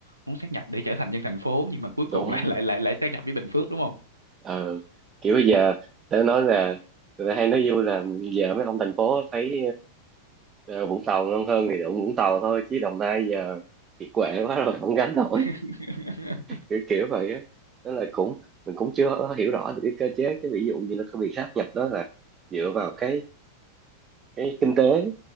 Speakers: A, on the right; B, on the right.
A: muốn sát nhập để trở thành dân thành phố nhưng mà cuối
B: đúng
A: cùng lại lại lại lại sát nhập với Bình Phước đúng không
B: Ờ, kiểu bây giờ tớ nói là người ta hay nói vui là giờ mấy ông thành phố thấy ờ, ờ, Vũng Tàu ngon hơn thì đụng Vũng Tàu thôi chứ Đồng Nai giờ kiệt quệ quá rồi không gánh nổi
A: <laughs>
B: kiểu, kiểu vậy á Tức là cũng mình cũng chưa hiểu rõ được cái cơ chế cái ví dụ như là cái việc sáp nhập đó là dựa vào cái cái kinh tế